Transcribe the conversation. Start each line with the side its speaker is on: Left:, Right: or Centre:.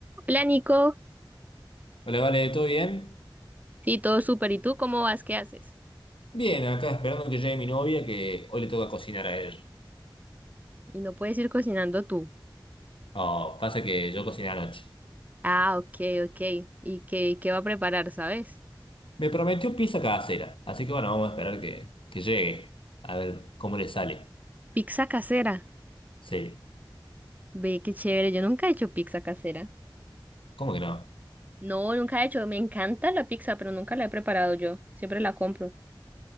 Right: Hola Nico,
Left: Hola, vale, ¿todo bien?
Right: sí, todo súper. ¿Y tú cómo vas? ¿Qué haces?
Left: Bien, acá esperando que llegue mi novia, que hoy le toca cocinar a ella.
Right: Y no puedes ir cocinando tú.
Left: Oh, pasa que yo cociné anoche.
Right: Ah, ok, ok. ¿Y qué, qué va a preparar, sabes?
Left: Me prometió pizza casera, así que bueno, vamos a esperar que, que llegue, a ver cómo le sale.
Right: Pizza casera.
Left: Sí,
Right: Ve, qué chévere. Yo nunca he hecho pizza casera.
Left: ¿cómo que no?
Right: No, nunca he hecho. Me encanta la pizza, pero nunca la he preparado yo. Siempre la compro.